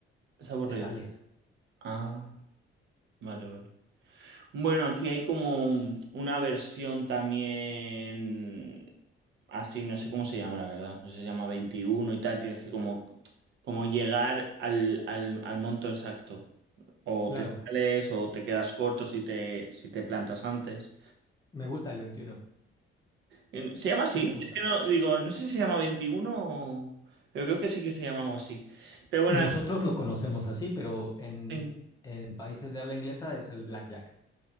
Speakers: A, on the right; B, on the left.
A: es aburrido.
B: te sales.
A: Ah, vale, vale. Bueno, aquí hay como una versión también así, no sé cómo se llama, la verdad. No sé si se llama 21 y tal. Tienes que como, como llegar al, al, al monto exacto. O
B: Claro,
A: te sales o te quedas corto si te, si te plantas antes.
B: me gusta el 21,
A: Eh, ¿Se llama así?
B: sí me gusta.
A: Es que no, digo, no sé si se llama 21, o... Pero creo que sí que se llama algo así. Pero bueno,
B: Nosotros lo conocemos así, pero en,
A: hay-
B: en países de habla inglesa es el blackjack.